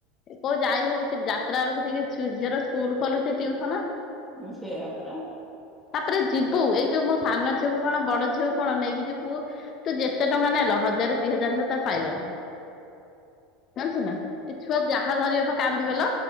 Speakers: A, on the left (about 45°); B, in the centre.
A: କୋଉ ଯାଇ ହଉଚି ଯାତ୍ରା ବେଳକୁ ଠିକ୍ ଝିଅର ସ୍କୁଲ ଖୋଲୁଚି ଟିଭସନ।
B: ହୁଁ ସେୟା ପରା।
A: ତାପରେ ଯିବୁ ଏଇ ଯୋଉ ମୋ ସାନ ଝିଅକୁ କଣ ବଡ ଝିଅକୁ କଣ ନେଇକି ଯିବୁ। ତୁ ଯେତେ ଟଙ୍କା ନେଲ ହଜାର ଦି ହଜାର ନେତ ପାଇବନି। ଜାଣିଚୁ ନା ଏ ଛୁଆ ଯାହା ଧରିବ ପା କାନ୍ଦିିବେଲୋ